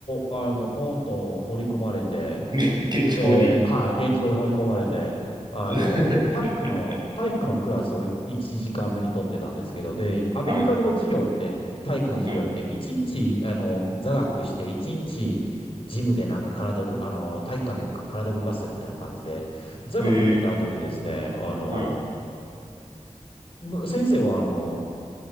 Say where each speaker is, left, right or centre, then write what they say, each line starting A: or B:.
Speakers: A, on the left; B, on the right.
A: あの、ポンと放り込まれて、
B: <laughs> ね現地校に。
A: で、はい、現地校に放り込まれて、あの、
B: <laughs>
A: 体育の、体育のクラスをい1時間目に取ってたんですけど、で、アメリカの授業って、
B: はい、
A: 体育の授業って、
B: はい。
A: 1日、あの、座学して、1日、ジムでなんか体を、あの、体育館でく体を動かすみたいな感じで、座学受けた後にですね、
B: へえ、
A: あの、
B: はい。
A: む先生は、あの、